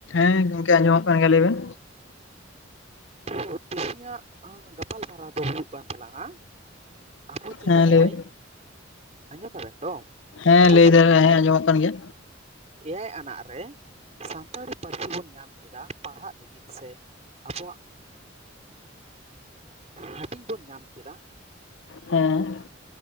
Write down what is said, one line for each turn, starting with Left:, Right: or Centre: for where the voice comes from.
Left: ᱦᱮᱸ ᱜᱚᱝᱠᱮ ᱟᱸᱡᱚᱢᱚᱜ ᱠᱟᱱ ᱜᱮᱭᱟ, ᱞᱟᱹᱭ ᱵᱮᱱ᱾
Right: ᱛᱚ ᱛᱤᱦᱤᱧᱟᱜ ᱜᱟᱯᱟᱞᱢᱟᱨᱟᱣ ᱫᱚ ᱦᱩᱭᱩᱜ ᱠᱟᱱ ᱛᱟᱞᱟᱝᱼᱟ ᱟᱵᱚ ᱡᱮ
Left: ᱦᱮᱸ
Right: ᱱᱚᱜᱼᱚᱭ,
Left: ᱞᱟᱹᱭ ᱵᱮᱱ
Right: ᱟᱸᱡᱚᱢ ᱫᱟᱵᱮᱱ ᱛᱚ?
Left: ᱦᱮᱸ
Right: ᱟᱵᱚ
Left: ᱞᱟᱹᱭ
Right: ᱡᱮ
Left: ᱫᱟᱞᱮ
Right: ᱱᱚᱜᱼᱚᱭ
Left: ᱦᱮᱸ ᱟᱸᱡᱚᱢᱚᱜ ᱠᱟᱱ ᱜᱮᱭᱟ
Right: ᱮᱭᱟᱭ ᱟᱱᱟᱜ ᱨᱮ ᱥᱟᱱᱛᱟᱲᱤ ᱯᱟᱹᱨᱥᱤ ᱵᱚᱱ ᱧᱟᱢ ᱠᱮᱫᱟ ᱯᱟᱲᱦᱟᱜ ᱞᱟᱹᱜᱤᱫ ᱥᱮ ᱟᱵᱚᱣᱟᱜ ᱦᱟᱹᱴᱤᱧ ᱵᱚᱱ ᱧᱟᱢ ᱠᱮᱫᱟ,
Left: ᱦᱮᱸ᱾